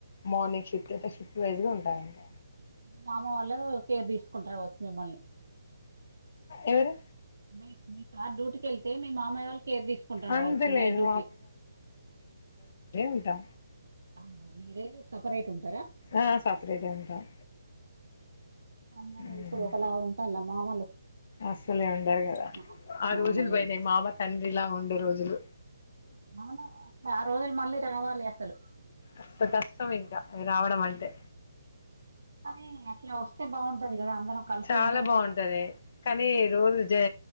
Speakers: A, on the left; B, on the right.
A: మార్నింగ్ షిఫ్ట్ అయితే షిఫ్ట్ వైజ్ గా ఉంటాం ఇంక
B: మామ వాళ్ళు కేర్ తీసుకుంటరు అవచ్చు మిమ్మల్ని
A: ఎవరు
B: తీస్ <unintelligible> <unintelligible> సార్ డ్యూటీకి వెళ్తే మీ మామయ్య వాళ్ళు కేర్ తీసుకుంటరు
A: అంత
B: కావచ్చు నైట్
A: లేదు
B: డ్యూటీ
A: ఉంటా
B: అవునా మీరెంది సపరేట్ ఉంటరా
A: ఆ సపరేటే ఉంటాం
B: అందరూ
A: హ్మ్.
B: ఇప్పుడు ఒకలాగా ఉంటాల్లా మామలు
A: అస్సలే ఉండారు కదా
B: మా
A: ఆ
B: మామయ్యలు
A: రోజులు పోయినాయి మామ తండ్రిలాగా ఉండే రోజులు
B: అవును ఆ రోజులు మళ్ళీ రావాలి అసలు
A: అష్ట కష్టం ఇంకా అయి రావడం అంటే
B: కానీ అట్లా వస్తే బాగుంటది కదా అందరం కలిసి
A: చాలా
B: ఉంటేనే
A: బాగుంటది కానీ రోజు జై